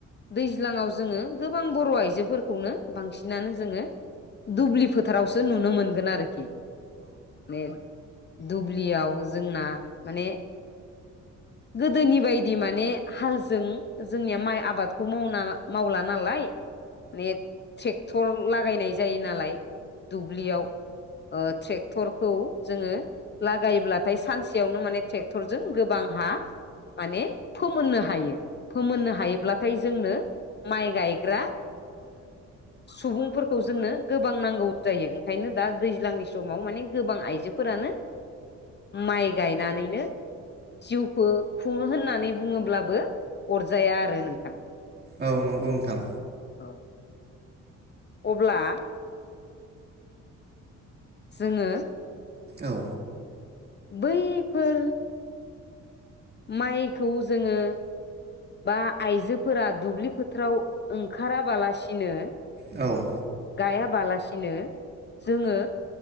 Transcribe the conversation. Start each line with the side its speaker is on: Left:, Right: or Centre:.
Left: दैज्लाङाव जोङो गोबां बर' आइजोफोरखौनो बांसिनानो जोङो। दुब्लि फोथारावसो नुनो मोनगोन आरोखि। मे दुब्लियाव जोंना माने, गोदोनि बायदि माने हालजों जोंनिया माइ आबादखौ मावना मावला नालाय। <unintelligible> ट्रेक्टर लागायनाय जायो नालाय। दुब्लियाव। ट्रेक्टरखौ जोङो। लागायोब्लाथाय सानसेयावनो माने ट्रेक्टरजों गोबां हा माने फोमोननो हायो। फोमोननो हायोब्लाथाय जोंनो। माइ गायग्रा सुबुंफोरखौ जोंनो गोबां नांगौ जायो। ओंखायनो दा दैज्लांनि समाव माने गोबां आइ आइजोफोरानो माइ गायनानैनो जिउखौ खुङो होननानै बुङोब्लाबो अरजाया आरो नोंथां।
Right: औ नंगौ नोंथां।
Left: औ अब्ला। जोङो।
Right: औ।
Left: बैफोर माइखौ जोङो, बा आइजोफोरा दुब्लि फोथाराव ओंखाराबालासिनो।
Right: औ।
Left: गायाबालासिनो जोङो।